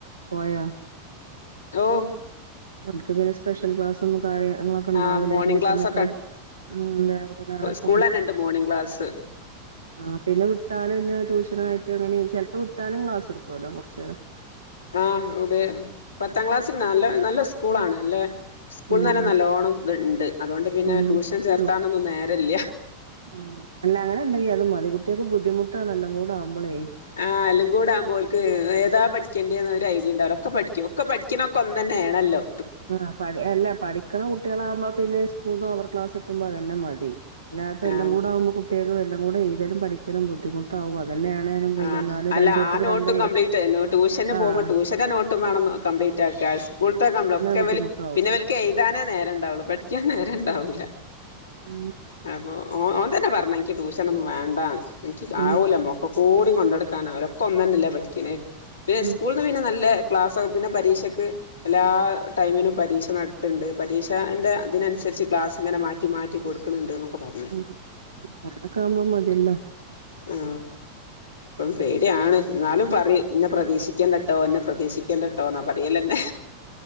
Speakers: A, on the right (about 85°); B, on the left (about 85°).
A: പോയോ
B: ഓ
A: <unintelligible> സ്പെഷ്യൽ ക്ലാസ്സൊന്നും കാര്യങ്ങളൊക്കെ ഉണ്ടാവില്ലേ
B: ആഹ് മോർണിംഗ്
A: ട്യൂഷനൊക്കെ
B: ക്ലാസ്
A: <unintelligible>
B: സ്കൂളന്നെണ്ട് മോർണിംഗ് ക്ലാസ്
A: ആ പിന്നെ വിട്ടാലും പിന്ന ട്യൂഷനാ യിട്ട് അങ്ങനെ ചെലപ്പോ വിട്ടാലും ക്ലാസ് എടുക്കുവല്ലോ കുറച്ചു നേരം <unintelligible>
B: ആഹ് ഉപ പത്താം ക്ലാസ്സിൽ നല്ല നല്ല സ്കൂളാണ് നല്ല സ്കൂളിൽ
A: ഉം
B: തന്നെ നല്ലോണം ഇത് ണ്ട് അതുകൊണ്ട് പിന്നെ
A: ഉം
B: ട്യൂഷൻ ചേർത്താനൊന്നും
A: തു
B: നേരല്ല്യ
A: ആഹ് അല്ല അങ്ങനെ ഇണ്ടെങ്കി അത് മതി കുട്ട്യക്ക് ബുദ്ധിമുട്ടാണ്ണെല്ലാം കൂടെ ആവുമ്പോളേ
B: ആഹ് എല്ലാകൂടാമ്പോ ഓല്ക്ക്ഏതാ പഠിക്കണ്ടന്ന് ഒരു ഐഡിയണ്ടാവല്ലോ ഒക്കെ പഠിക്കും ഒക്കെ പഠിക്ക ക്കൊ ഒന്നന്നെയാണല്ലോ
A: ആ പ അല്ല പഠിക്കണ കുട്ടികളാകുമ്പോ പിന്നെ സ്കൂള്ന്ന് ഓവർ ക്ലാസ്ട്ടുമ്പോ അതന്നെ മതി അല്ലാത്ത എല്ലാം
B: ആഹ്
A: കൂടെ ആമ്പോ കുട്ടികക് എല്ലാം കൂടെഴ്തലും പഠിക്കും ക്കലും ബുദ്ധിമുട്ടാവും അതന്നെയാണേലും പിന്നെ
B: ആഹ്
A: എന്നാലും
B: അല്ല
A: രണ്ടുടത്തക്ക്
B: ആ നോട്ടും
A: രണ്ട
B: കംപ്ലീറ്റ് ട്യൂഷന് പോകുമ്പോ
A: ആഹ
B: ട്യൂഷന്റെ നോട്ടും വേണം കംപ്ലീറ്റ് ആ സ്കൂള്ത്തെ കംപ്ലീ ഒക്കെ
A: ബുദ്ധിമുട്ടാവും
B: ഇവല് പിന്നെ ക്കെ എ്താനേ നേരം ഉണ്ടാവുള്ളു പഠിക്കാൻ നേര ഇണ്ടാവൂല
A: ആ
B: അപ്പൊ ഓ ഓൻ തന്നെ പറഞ്ഞ എനിക്ക് ട്യൂഷനൊന്നും വേണ്ടാന്ന് എനിക്ക്
A: ഉം
B: ആവൂല മോക്ക കൂടി കൊണ്ടടുക്കാനാവൂല ഒക്ക ഒന്നല്ലേ പഠിക്കണ പിന്നെ
A: ഉം
B: സ്കൂൾ പിന്നെ നല്ല ക്ലാസാ പിന്നെ പരീക്ഷക്ക് എല്ലാ ടൈമിനും പരീക്ഷ നടത്തണ്ട് പരീക്ഷന്റെ അതിനനുസരിച്ച് ക്ലാസ് ഇങ്ങനെ മാറ്റി മാറ്റി കൊടുക്കും ക്കണ് ണ്ട്ന്നക്കെ പറഞ്ഞു
A: <unintelligible> ക്കാമ്പോ മതിയല്ലോ
B: ആ അപ്പം പേട്യാണ് എന്നാലും പറ ഇന്നെ പ്രതീക്ഷിക്കേണ്ട ട്ടോ എന്നെ പ്രതീക്ഷിക്കേണ്ടട്ടോ എന്നാ പറയലന്നെ